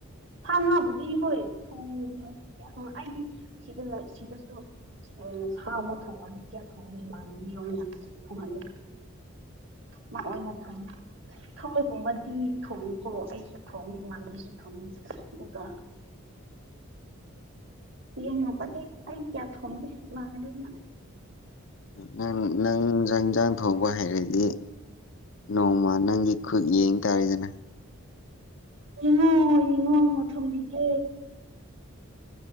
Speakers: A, on the right; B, on the left.
A: ꯁꯥ ꯉꯥꯕꯨꯗꯤ ꯍꯣꯏ ꯊꯣꯡꯗꯤ ꯑꯩꯗꯤ ꯁꯤꯗ ꯂꯩ ꯁꯤꯗꯁꯨ ꯁꯥ ꯑꯃ ꯊꯣꯡꯉꯗꯤ ꯀꯌꯥ ꯊꯣꯡꯗꯦ ꯏꯃꯥꯟꯅꯕꯤ ꯑꯣꯢꯅ ꯊꯣꯡꯍꯜꯂꯤ ꯃꯑꯣꯏꯄ ꯊꯣꯡꯉꯦ ꯊꯃꯣꯏꯒꯨꯝꯕꯗꯤ ꯊꯣꯡꯏꯀꯣ ꯑꯩꯁꯨ ꯊꯣꯡꯏ ꯏꯃꯥꯟꯅꯕꯤꯁꯨ ꯊꯣꯡꯏꯤ ꯑꯗꯨꯒ ꯌꯦꯟꯒꯨꯝꯕꯗꯤ ꯑꯩ ꯀꯌꯥ ꯊꯣꯡꯗꯦ ꯏꯃꯟꯅꯕꯤꯅ
B: ꯅꯪ ꯅꯪ ꯏꯟꯖꯥꯡ ꯊꯣꯡꯕ ꯍꯩꯏꯔꯗꯤ ꯅꯣꯡꯃ ꯅꯪꯒꯤ ꯈꯨꯠ ꯌꯦꯡ ꯇꯥꯔꯦꯗꯅ
A: ꯌꯦꯡꯉꯣ ꯌꯦꯡꯉꯣ ꯊꯣꯡꯕꯤꯒꯦ